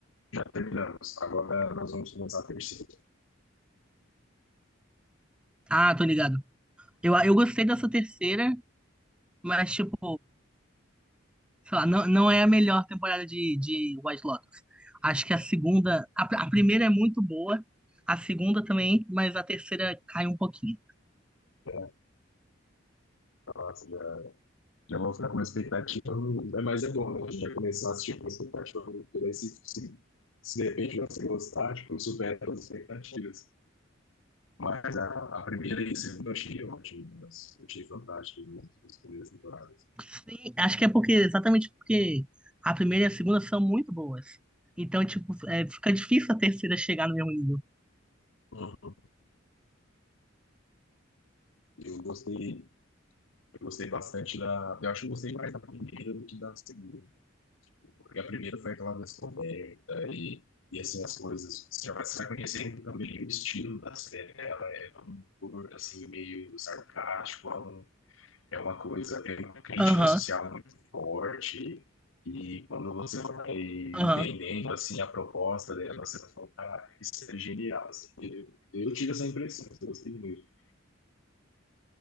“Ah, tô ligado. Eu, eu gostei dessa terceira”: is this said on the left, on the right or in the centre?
Centre